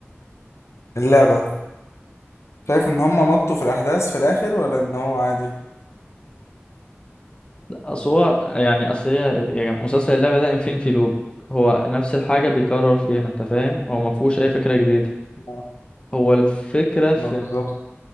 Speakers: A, on the left; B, on the left.
A: اللعبه شايف ان هم مطوا في الاحداث في الاخر ولا ان هو عادي
B: اصل هو يعني اصل هي ال- يعني مسلسل اللعبة ده انفينيتي لوب هو نفس الحاجة بيكرر فيها
A: <laughs> مم.
B: انت فاهم هو ما فيهوش اي فكرة جديدة
A: ما
B: هو الفكرة في,
A: ما بالظبط